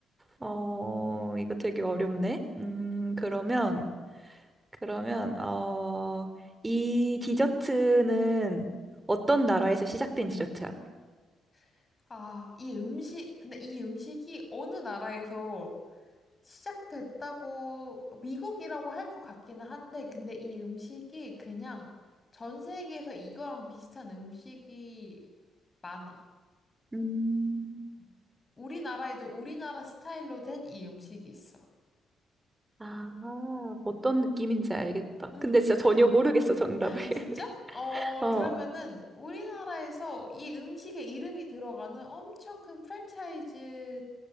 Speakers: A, on the right; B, on the left.
A: 어, 이거 되게 어렵네. 음, 그러면, 그러면, 어, 이 디저트는 어떤 나라에서 시작된 디저트야?
B: <laughs> 아, 이 음식, 근데 이 음식이 어느 나라에서 시작됐다고, 미국이라고 할 것 같기는 한데, 근데 이 음식이 그냥 전 세계에서 이거랑 비슷한 음식이 많아.
A: 음,
B: 우리나라에도 우리나라 스타일로 된 이 음식이 있어.
A: 아, 어떤 느낌인지 알겠다.
B: 응,
A: 근데
B: 응,
A: 진짜
B: 응,
A: 전혀 모르겠어, 정답을. <laughs>
B: 진짜? 어,
A: 어.
B: 그러면은 우리나라에서 이 음식에 이름이 들어가는 엄청 큰 프랜차이즈